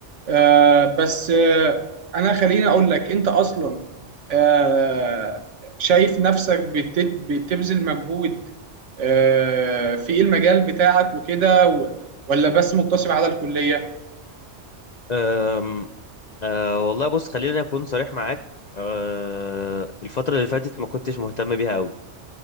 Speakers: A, on the right (about 80°); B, on the left (about 55°).
A: آه بس آه انا خليني اقول لك انت اصلا آه شايف نفسك بت- بتبذل مجهود آه في المجال بتاعك وكده و- ولا بس مقتصر على الكلية؟
B: أم، أه والله بص خليني اكون صريح معاك أه الفترة اللي فاتت ما كنتش مهتم بيها قوي